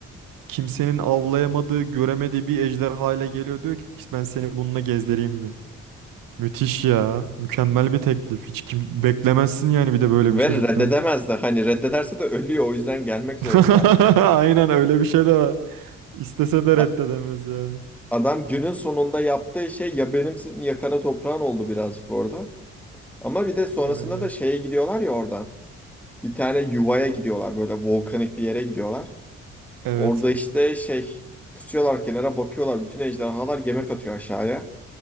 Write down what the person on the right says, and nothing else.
kimsenin avlayamadığı, göremediği bir ejderha ile geliyor diyor ki ben seni bununla gezdireyim mi? Müthiş ya. Mükemmel bir teklif. Hiç kim beklemezsin yani bir de böyle
bir çocuktan.
<laughs> Aynen öyle bir şey de var. İstese de
reddedemez yani.
Aynen.
Evet.